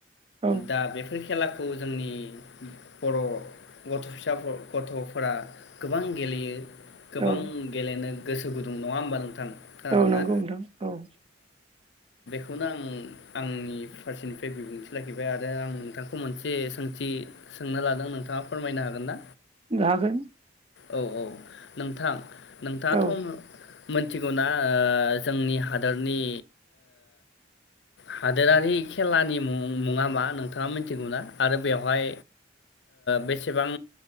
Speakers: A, on the right; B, on the left.
A: औ
B: दा बेफोर खेला खौ जोंनि बर' गथ' फिसाफोर गथ'फोरा गोबां गेलेयो गोबां
A: औ
B: गेलेनो गोसो गुदुं नङा होमबा नोंथां? खोनादोंना
A: औ नंगौ नोंथां औ
B: बे खौनो आं आंनि फार्सेनिफ्राय बिबुंथि लाखिबाय आरो आं नोंथांखौ मोनसे सोंथि सोंनो लादों नोंथाङा फोरमायनो हागोन ना
A: बुंनो हागोन
B: औ औ नोंथां नोंथाङाथ'
A: औ
B: मोनथिगौ ना जोंनि हादरनि हादोरारि खेलानि मुं मुङा मा नोंथाङा मिथिगौ ना आरो बेवहाय बेसेबां